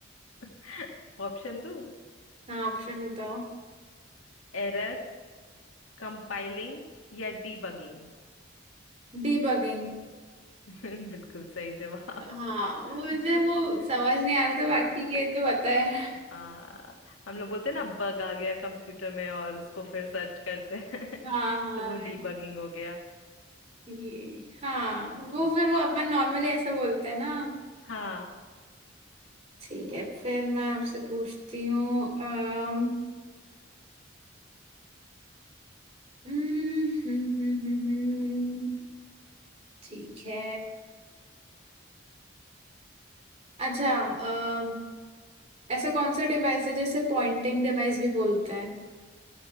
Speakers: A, on the left; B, on the right.
A: <laughs> ऑप्शन दो
B: हाँ ऑप्शन बताओ
A: एरर कंपाइलिंग या डीबगिंग
B: डीबगिंग
A: <laughs> बिल्कुल सही जवाब
B: हाँ वो
A: <laughs>
B: मुझे वो समझ नहीं आ रहा था
A: <laughs>
B: बाकी ये तो पता है
A: हाँ हम लोग बोलते हैं ना बग आ गया कंप्यूटर में और उसको फिर सर्च करते हैं
B: हाँ हाँ
A: <laughs> तो वो
B: right.
A: डीबगिंग हो गया
B: ये हाँ
A: ठीक
B: वो
A: है
B: फिर वो अपन नॉर्मली ऐसे बोलते हैं ना
A: हाँ
B: ठीक है फिर मैं आपसे पूछती हूँ अम, हम्म, हम्म, हम्म, हम्म, हम्म, ठीक है अच्छा अम, ऐसा कौन सा डिवाइस है जिसे पॉइंटिंग डिवाइस भी बोलते हैं